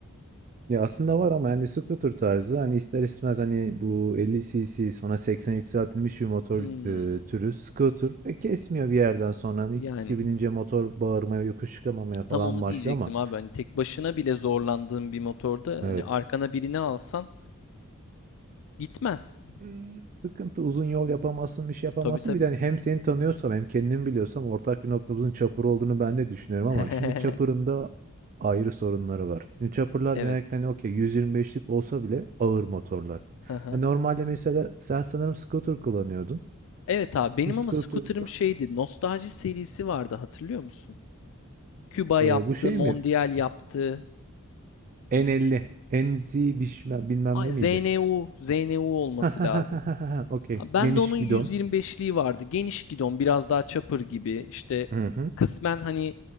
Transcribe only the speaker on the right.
Ya aslında var ama yani scooter tarzı hani ister istemez hani bu 50 cc sonra 80 yükseltilmiş bir motor
e, türü scooter ve kesmiyor bir yerden sonra hani
kişi binince motor bağırmaya yokuş çıkamamaya falan
başlıyor
ama
evet
Imm. Sıkıntı, uzun yol yapamazsın, bir şey yapamazsın.
Bir de, hani, hem seni tanıyorsam hem kendimi biliyorsam ortak bir noktamızın Çapır olduğunu ben de düşünüyorum
ama şimdi Çapır'ın da ayrı sorunları var. Şimdi Çapır'lar
genellikle, hani, okay, 125'lik olsa bile ağır motorlar.
Hani, normalde mesela sen sanırım scooter kullanıyordun.
Şimdi scooter'da,
eee, bu şey
mi?
N50, NZ bişme bilmem bilmem
ne miydi?
<laughs> Hah, hah,
hah, hah, hah, hah, okay.
Geniş
gidon.
Hı hı.